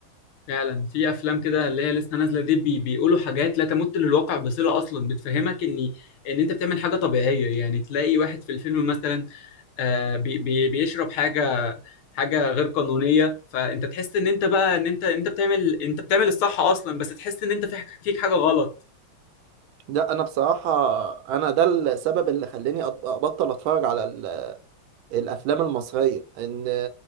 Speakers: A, on the left; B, on the right.
A: فعلا في افلام كده اللي هي لسه نازله دي بي بيقولوا حاجات لا تمت للواقع بصله اصلا بتفهمك ان ان انت بتعمل حاجه طبيعيه يعني تلاقي واحد في الفيلم مثلا آه بي بي بيشرب حاجه حاجه غير قانونيه فانت تحس ان انت بقى ان انت انت بتعمل انت بتعمل الصح اصلا بس تحس ان انت في فيك حاجه غلط
B: لا انا بصراحه انا ده السبب اللي خلاني أط- ابطل اتفرج على ال- الافلام المصريه ان